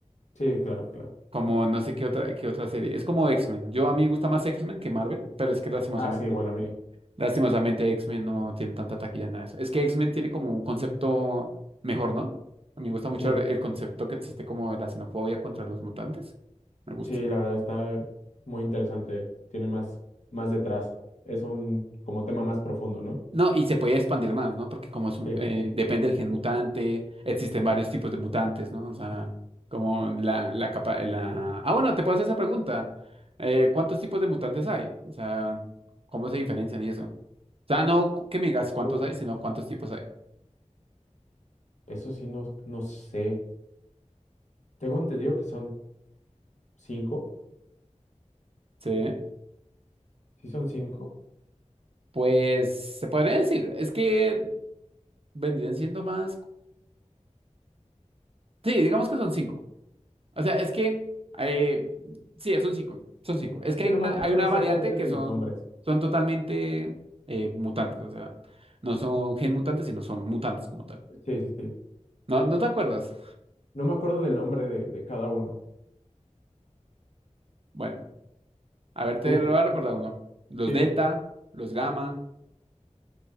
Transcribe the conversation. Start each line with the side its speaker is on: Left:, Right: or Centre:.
Left: sí, claro, claro.
Right: como no sé qué otra, qué otra serie, es como X-Men, yo a mí me gusta más X-Men que Marvel, pero es que Sí. lastimosamente
Left: Ah, sí, igual a mí.
Right: Lastimosamente, X-Men no tiene tanta taquilla en nada de eso. Es que X-Men tiene como un concepto mejor, ¿no? A mí me gusta mucho
Left: Sí,
Right: el el concepto que existe como de la xenofobia contra los mutantes. Me gusta.
Left: sí, la verdad está muy interesante. Tiene más, más detrás. Es un como tema más profundo, ¿no?
Right: No, y se puede expandir más, ¿no? Porque como es un-
Left: Sí.
Right: eh, depende del gen mutante, existen varios tipos de mutantes, ¿no? O sea, como la, la capa, la... Ah, bueno, te puedo hacer esa pregunta. Eh, ¿cuántos tipos de mutantes hay? O sea, ¿cómo se diferencian y eso? O sea, no que me digas cuántos
Left: Uy,
Right: hay, sino cuántos tipos hay.
Left: eso sí no, no sé. Tengo entendido que son cinco.
Right: Sí.
Left: Sí, son cinco.
Right: Pues se podría decir, es que vendrían siendo más. Sí, digamos que son cinco. O sea, es que eh, sí, son cinco. Son cinco. Es que
Left: Que
Right: hay
Left: no
Right: una,
Left: me acuerdo
Right: hay una
Left: exactamente
Right: variante que
Left: de
Right: son,
Left: los nombres.
Right: son totalmente eh, mutantes. O sea, no son gen mutantes, sino son mutantes como tal.
Left: Sí, sí, sí.
Right: ¿No, no te acuerdas?
Left: No me acuerdo del nombre de, de cada uno.
Right: Bueno, a ver, te
Left: Tú,
Right: lo voy a recordar
Left: tú-
Right: uno. Los
Left: sí,
Right: delta, los gamma,